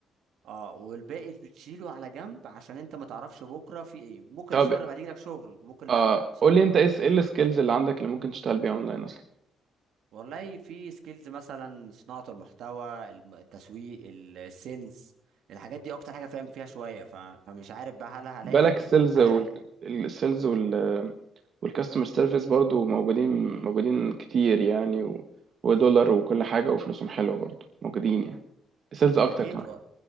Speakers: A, on the right; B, on the right.
A: اه والباقي بتشيله على جنب عشان انت ما تعرفش بكره في ايه ممكن
B: طب
A: الشهر بعد يجيلك شغل وممكن
B: اه
A: لا صح
B: قول لي انت ايه س- ايه السكيلز اللي عندك اللي ممكن تشتغل بيها اونلاين اصلا
A: والله في سكيلز مثلا صناعة المحتوى الم- التسويق ال- السيلز الحاجات دي اكتر حاجة فاهم فيها شوية ف... فمش عارف بقى هل هلاقي
B: بالك السيلز
A: هل
B: وال
A: هل
B: السيلز وال والكاستمر سيرفيس برضو موجودين موجودين كتير يعني و... ودولار وكل حاجه وفلوسهم حلوه برضو موجودين يعني السيلز
A: يا
B: اكتر
A: ريت
B: كمان
A: و...